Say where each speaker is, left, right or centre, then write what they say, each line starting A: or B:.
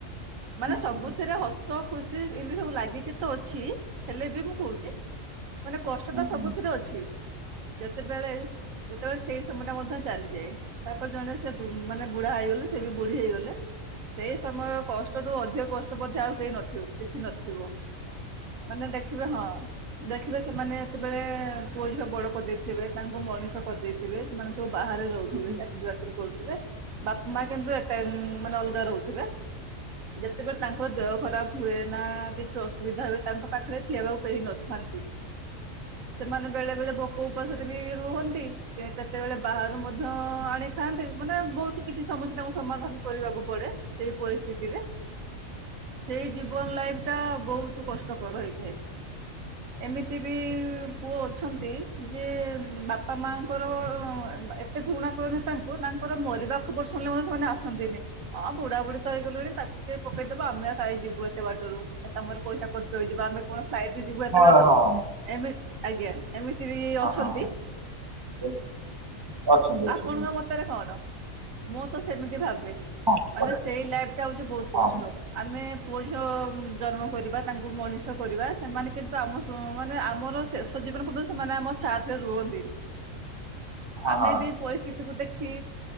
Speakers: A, on the right; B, on the right.
A: ମାନେ ସବୁଥିରେ
B: ହୁଁ ହୁଁ ହୁଁ ହୁଁ ହୁଁ ହୁଁ ହୁଁ ହଁ
A: ହସ ତ ଖୁସି ଏମିତି ସବୁ ଲାଗିକି ତ ଅଛି। ହେଲେ ବି ମୁଁ କହୁଛି। ମାନେ କଷ୍ଟ ଟା
B: ହଁ
A: ସବୁଥିରେ ଅଛି। ଯେତେବେଳେ ଯେତେବେଳେ ସେଇ ସମୟ ଟା ମଧ୍ୟ ଚାଲିଯାଏ। ତାପରେ ଜଣେ ସେ ମାନେ ବୁଢା ହେଇଗଲେ ସେ ବି ବୁଢୀ ହେଇଗଲେ। ସେଇ ସମୟ କଷ୍ଟରୁୁ ଅଧିକ କଷ୍ଟ ମଧ୍ୟ ଆଉ କେହି ନଥିବ କିଛି ନଥିବ। ମାନେ ଦେଖିବେ ହଁ। ଦେଖିବେ ସେମାନେ ଯେତେବେଳେ ପୁଅ ଝିଅ ବଡ କରିଦେଇଥିବେ ତାଙ୍କୁ ମଣିଷ କରିଦେଇଥିବେ ସେମାନେ ସବୁ ବାହାରେ ର
B: ହୁଁ ହୁଁ
A: ଚାକିରୀ ବାକିରି କରୁଥିବେ ବାପା ମା କିନ୍ତୁ ଏକା ମାନେ ଅଲଗା ରହୁଥିବେ। ଯେତେବେଳେ ତାଙ୍କ ଦେହ ଖରାପ ହୁଏ ନା କିଛି ଅସୁବିଧା ହୁଏ ତାଙ୍କ ପାଖରେ ଥବାକୁ କେହି ନଥାନ୍ତି। ସେମାନେ ବେଳେ ବେଳେ ଭୋକ ଉପାସରେ ବି ରୁହନ୍ତି। କେତେବେଳେ ବାହାରୁ ମଧ୍ୟ ଆଣିଥାନ୍ତି। ମାନେ ବହୁତ କିଛି ସମସ୍ୟା ତାଙ୍କୁ ସମାଧାନ କରିବାକୁ ପଡେ ସେଇ ପରିସ୍ଥିତିରେ ସେଇ ଜୀବନ ଲାଇଫ ଟା ବହୁତ କଷ୍ଟକର ହେଇଥାଏ।
B: <unintelligible>
A: ଏମିତି ବି ପୁଅ ଅଛନ୍ତି। ଯେ ବାପା ମାଙ୍କର ଏ ସେ ଘୃଣା କରନ୍ତି ତାଙ୍କୁ ତାଙ୍କର ମରିବା ଖବର ଶୁଣିଲେ ମଧ୍ୟ ସେମାନେ ଆସନ୍ତିନି। ହଁ ବୁଢା ବୁଢୀ ତ ହେଇଗଲେଣି ତାକୁ କିଏ ପକେଇଦବ ଆମେ କାଇଁ ଯିବୁ ଏତେ ବାଟରୁ ଆମର ପଇସା ଖର୍ଚ୍ଚ ହେଇଯିବ ଆମେ କଣ ଫ୍ଲାଇଟ ରେ ଯିବୁ ଏତେ
B: ହଁ,
A: ବାଟରୁ।
B: ହଁ, ହଁ, ହଁ, ହଁ, ହଁ।
A: ଏମତି ଆଜ୍ଞା ଏମିତି ବି
B: ହଁ
A: ଅଛନ୍ତି।
B: ହଁ ହଁ ହଁ ହଁ
A: <inaudible>
B: ଅଛନ୍ତି ଅଛନ୍ତି
A: ଆପଣଙ୍କ
B: ହଁ
A: ମତରେ କଣ? ମୁଁ ତ ସେମିତି ଭାବେ
B: ହଁ
A: ମାନେ
B: ବଢ଼ିଆ
A: ସେଇ ଲାଇଫଟା ହଉଛି ବହୁତ
B: ହଁ
A: କଷ୍ଟ। ଆମେ ପୁଅଝିଅ ଜନ୍ମ କରିବା, ତାଙ୍କୁ ମଣିଷ କରିବା, ସେମାନେ କିନ୍ତୁ ଆମ ସ ତ ମାନେ ଆମର ଶେଷ ଜୀବନ ପଯ୍ୟନ୍ତ ସେମାନେ ଆମ ସାଥରେ ରୁହନ୍ତିନି।
B: <unintelligible>
A: ଆମେ
B: ହଁ
A: ବି ପରିସ୍ଥିତିକୁ ଦେଖି